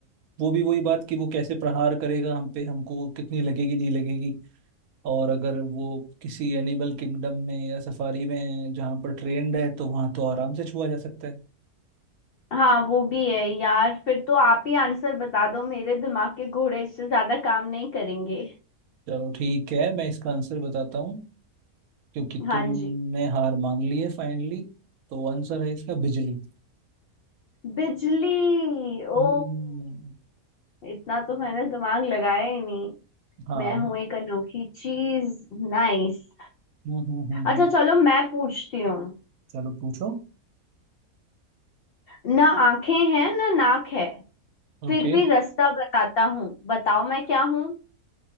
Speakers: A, on the right; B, on the left.
A: वो भी वही बात कि वो कैसे प्रहार करेगा हम पे हमको कितनी लगेगी नहीं लगेगी और अगर वो किसी एनिमल किंगडम में या सफारी में है जहाँ पर ट्रेंड है तो वहां तो आराम से छुआ जा सकता है
B: हाँ वो भी है यार फिर तो आप ही आंसर बता दो मेरे दिमाग के घोड़े इससे ज्यादा काम नहीं करेंगे
A: चलो ठीक है मैं इसका आंसर बताता हूँ क्योंकि
B: हाँ
A: तुमने
B: जी
A: हार मान ली है फाइनली तो आंसर है इसका बिजली
B: बिजली ओ
A: हम्म
B: इतना तो मैंने दिमाग लगाया ही नहीं
A: हाँ
B: मैं
A: अब-
B: हूं एक अनोखी चीज नाइस
A: हम्म हम्म हम्म हम्म।
B: अच्छा चलो मैं पूछती हूँ
A: चलो पूछो
B: ना आंखें हैं ना नाक है
A: ओके
B: फिर भी रास्ता बताता हूँ बताओ मैं क्या हूँ